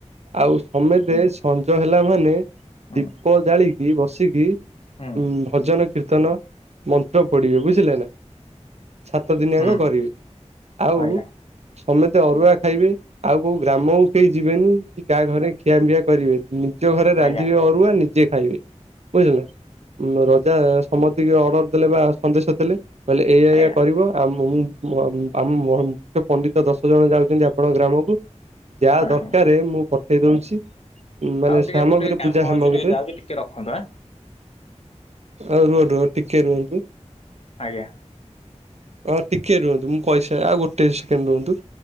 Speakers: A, on the right (about 65°); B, on the left (about 55°).
A: ଆଉ ସମେତେ ସଞ୍ଜ ହେଲା ମାନେ
B: ହୁଁ
A: ଦୀପ ଜାଳିକି ବସିକି, ଉ
B: ହୁଁ
A: ଭଜନ କୀର୍ତ୍ତନ ମନ୍ତ୍ର ପଡିବେ ବୁଝିଲେ ନା! ସାତ ଦିନିଆଙ୍କ
B: ହୁଁ
A: କରିବେ। ଆଉ
B: ଆଜ୍ଞା
A: ସମେତେ ଅରୁଆ ଖାଇବେ। ଆଉ, କୋଉ ଗ୍ରାମକୁ କେହି ଯିବେନି? କି କାହା ଘରେ ଖିଆବିଆ କରିବେନି। ନିଜ ଘରେ ରାନ୍ଧିବେ
B: ଆଜ୍ଞା
A: ଅରୁଆ, ନିଜେ ଖାଇବେ। ବୁଝିଲେ ନା! ରଜା ସମତିକି ଅର୍ଡର ଦେଲେ ବା ସନ୍ଦେଶ ଦେଲେ, କହିଲେ ଏଇଆ
B: ଆଜ୍ଞା
A: ଏଇଆ କରିବ। ଆ, ମୁଁ ଆମ ମ-ମୁଖ୍ୟ ପଣ୍ଡିତ ଦଶ ଜଣ ଯାଉଛନ୍ତି, ଆପଣଙ୍କ ଗ୍ରାମକୁ। ଯାହା, ଦରକାରେ,
B: ହଁ ହଁ
A: ମୁଁ ପଠେଇ ଦଉଛି। ମାନେ
B: ଆଉ ଟିକେ
A: ସାମଗ୍ରୀ,
B: ମୁଁ ଟିକେ କାମ
A: ପୂଜା ସାମଗ୍ରୀରେ।
B: ଅଛି ଟିକେ ଯାଉଛି ଟିକେ ରଖନ୍ତୁ ଆଁ
A: ଆଉ, ରୁହ ରୁହ ଟିକେ ରୁହନ୍ତୁ।
B: ଆଜ୍ଞା।
A: ହଁ, ଟିକେ ରୁହନ୍ତୁ। ମୁଁ କହିସାରେ ଆଉ, ଗୋଟେ ସେକେଣ୍ଡ ରୁହନ୍ତୁ,